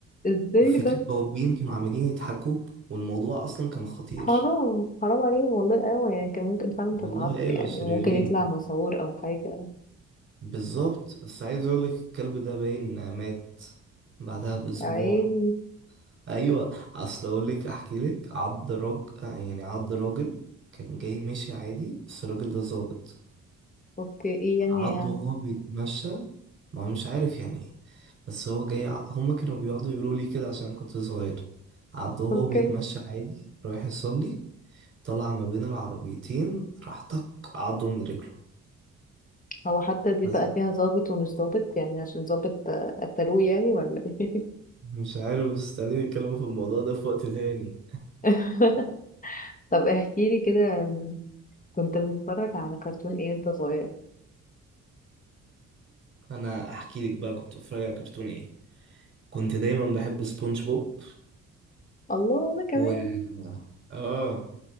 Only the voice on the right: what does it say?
وفكرة
بوابين كانوا عمالين يضحكوا والموضوع اصلا كان خطير
والله
ايوه
شريرين
بالظبط بس عايز اقولك الكلب ده باين مات بعدها باسبوع
ايوه اصل اقول لك احكي لك عض راجل يعني عض راجل كان جاي ماشي عادي بس الراجل ده ظابط
عضه وهو بيتمشى ما مش عارف يعني ايه بس هو جاي ع- هما كانوا بيقعدوا يقولوا لي كده عشان أنا كنت صغير عضه وهو
بيتمشى عادي رايح يصلي طلع ما بين العربيتين راح طق عضه من رجله
بس
مش عارف بس خليني اتكلم في الموضوع ده في وقت تاني
<laughs> انا احكي لك بقى كنت بتفرج على كرتون ايه كنت دايما بحب سبونج بوب
و اه